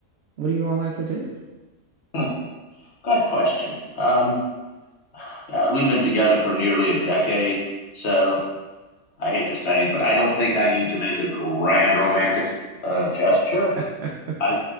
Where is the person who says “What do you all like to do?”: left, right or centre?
Right